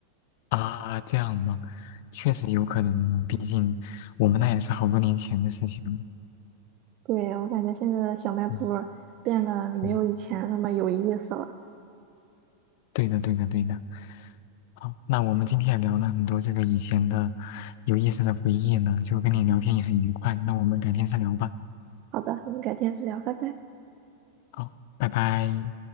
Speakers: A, on the left (about 50°); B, on the right (about 40°).
A: 啊，这样吗？确实有可能呢，毕竟我们那也是好多年前的事情了。
B: 对，我感觉现在的小卖部
A: 嗯
B: 变得没有以前那么有意思了。
A: 嗯，对的对的对的。好，那我们今天也聊了很多这个以前的有意思的回忆呢，就跟你聊天也很愉快。那我们改天再聊吧。
B: 好的，我们改天再聊，拜拜。
A: 好，拜拜。